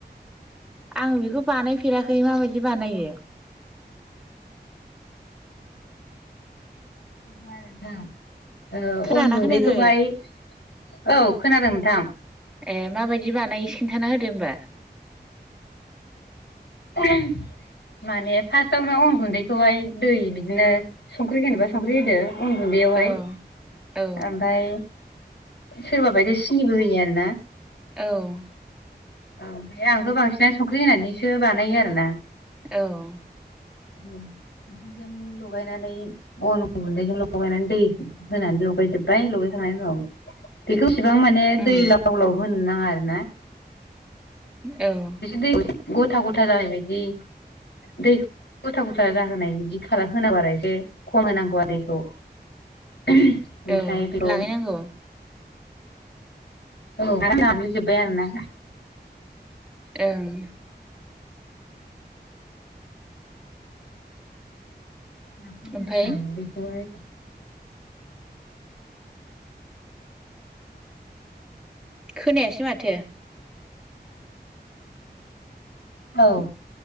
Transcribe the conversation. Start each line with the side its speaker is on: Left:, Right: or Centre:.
Centre: आं बेखौ बानायफेराखै माबायदि बानायो
Left: ओ नोंथां
Centre: खोनादोंना
Left: अन गुन्दैखौहाय
Centre: खोनायाखै
Left: औ खोनादों नोंथां
Centre: ए माबायदि बानाय खिन्थाना होदो होनबा
Left: अ माने फार्स्टआवनो अन गुन्दैखौहाय दै बिदिनो संख्रि होनोबा संख्रि होदो अन गुन्दैयावहाय
Centre: औ औ
Left: ओमफ्राय सोरबा बायदि सिनिबो होयो आरो ना
Centre: औ
Left: औ ओमफ्राय आंथ' बांसिनानो संख्रि होनानैसो बानायो आरो ना
Centre: औ
Left: <inaudible> ख्रिजों लगायनानै अन गुन्दैजों लगायनानै दै होनानै ल लगायजोबबाय लगाय थांनायनि उनाव बेखौ इसेबां माने
Centre: उम
Left: दै लाव लाव होनो नाङा आरो ना
Centre: औ
Left: दै गथा गथा जानाय बायदि दै गथा गथा जाहोनाय बिदि खालाम होना बारा एसे खम होनांगौआरो दैखौ ओमफ्राय
Centre: औ
Left: <unintelligible>
Centre: लागायनांगौ
Left: औ आरो नाग्लिजोबबाय आरोना
Centre: ओं
Left: नाखां
Centre: ओमफाय
Left: आरिखां बेखौहाय
Centre: खोनायासै माथो
Left: औ